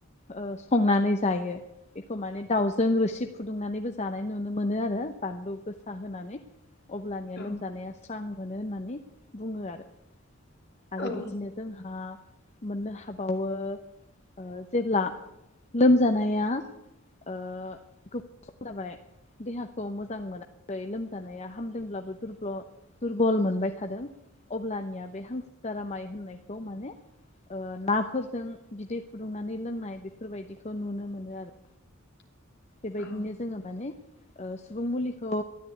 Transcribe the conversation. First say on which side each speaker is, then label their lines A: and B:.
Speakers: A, on the left; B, on the left.
A: ओ संनानै जायो बेखौ माने दाउजों रोसि फुदुंनानैबो जानाय नुनो मोनो आरो। बानलु गोसा होनानै अब्लानिया
B: औ
A: लोमजानाया स्रां मोनो होननानै बुङो आरो। आरो
B: औ
A: बिदिनो जोंहा मोननो हाबावो ओ जेब्ला लोमजानाया ओ गोबाव सम जाबाय देहाखौ मोजां मोना खै लोमजानाया हामदोंब्लाबो दुरब्ल' दुरबल मोनबाय थादों अब्लानिया बे हांसो सो गारामाइ होननायखौ माने ओ नाफोरजों बिदै फुदुंनानै लोंनाय बेफोरबायदिखौ नुनो मोनो आरो।
B: <inaudible>
A: बेबायदिनो
B: औ
A: जोङो माने ओ सुबुं मुलिखौ